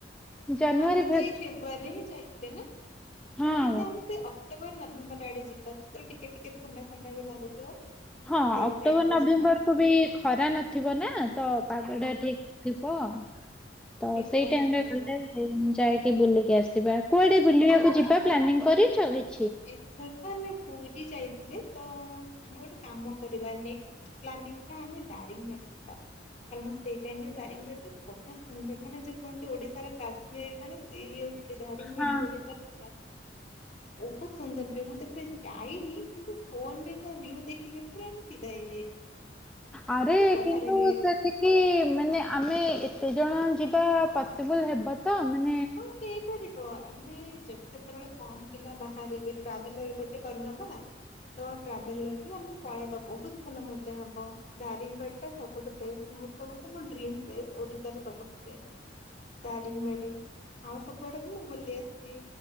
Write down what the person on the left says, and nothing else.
ହଁ ଆମେ ତ
ଏଇ ଫେବୃଆୀରେ ହିଁ ଯାଇଥିଲ େ ନା <inaudible>
ପୁଣି ସେମ ସେ <unintelligible> ଅକ୍ଟୋବର ନଭେମ୍ବର ଆଡେ ଯିବା ସେତେବେ ଟିକେ ଟିକେ ଥଣ୍ଡା ଥଣ୍ଡା ବି ଲାଗୁଥିବ।
ଆ ସେଇ
ଟାଇମ ରେ
ଯିବା
ହଁ
ଠିକ
କଥା
କହିଲ।
ଏଥର ତ ଆମେ ପୁରୀ ଯାଇଥିଲେ। ତ ଆମେ ଗୋଟେ କାମ କରିବା ନେକ୍ ପ୍ଲାନିଙ୍ଗ ଟା ଆମେ ଦାରିଙ୍ଗବାଡି ଯିବା କାରଣ ସେଇ ଟାଇମ ରେ ଦାରିଙ୍ଗବାଡି ବଢିଆ ସୁନ୍ଦର ମାନେ ଯୋଉ କୁହନ୍ତି ଓଡିଶାର କାଶ୍ମୀର ମାନେ ସିରି ଦାରଙ୍ଗବାଡି
ଓଡ଼ିଶାରୋ ବହୁତ ସୁନ୍ଦର ଭ ମୁଁ ତ କବେଳେ ଯାଇନି କିନ୍ତୁ ଫୋନରେ ତା ଭି ଦେଖିକି ପୁର ଫିଦା ହେଇଯାଇଛି?
ମତେ ତ ବଢିଆ
ଲାଗେ।
ହଁ ହେଇପାରିବ ଆମେ ଯଦି ସେତେବେଳେ କମ ପିଲା ବାହାରିବେ ଟ୍ରାଭେଲର ଗୋଟେ କରିନବା ତ ଟ୍ରାଭେଲରରେ ଆମେ ପଳେଇବା ବହୁତ ଭଲ ମଜା ହବ ଦାରିଙ୍ଗବାଡ ଟା ସବୁଠୁ ବେଷ୍ଟ ମୁଁ ତ ମେଡ ଓଡିଶାର ସବୁଠୁ? ଦାରିଙ୍ଗବାଡ଼ି। ଆଉ ସବୁଆଡେ ତ ମୁଁ ବୁଲି ଆସିଛି